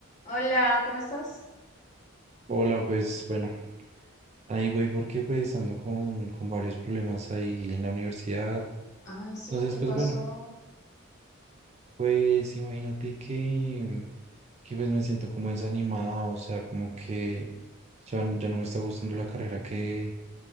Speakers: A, on the left; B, on the right.
A: Hola, ¿cómo estás?
B: Hola, pues bueno, ahí voy porque pues ando con, con varios problemas ahí en la universidad.
A: Ay, sí,
B: Entonces,
A: ¿qué
B: pues
A: pasó?
B: bueno, pues imagínate que, que pues me siento como desanimado, o sea, como que ya, n- ya no me está gustando la carrera que,